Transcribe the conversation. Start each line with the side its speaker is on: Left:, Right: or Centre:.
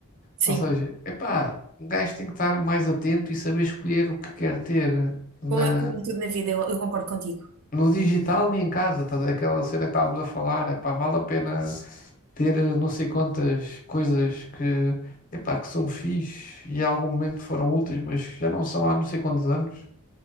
Right: Sim.
Left: Ou seja, epá, um gajo tem que estar mais atento e saber escolher o que quer ter na,
Right: Como, é como tudo na vida, eu, eu concordo contigo.
Left: no digital e em casa, estás a ver? Aquela cena que estávamos a falar, epá, vale a pena. ter eh, não sei quantas coisas que, epá, que são fixe e em algum momento foram úteis, mas já não são há não sei quantos anos.